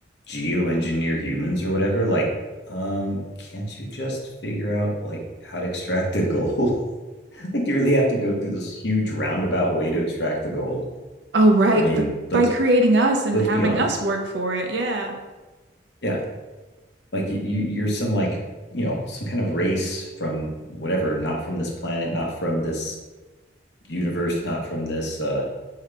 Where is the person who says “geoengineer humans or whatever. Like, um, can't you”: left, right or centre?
Left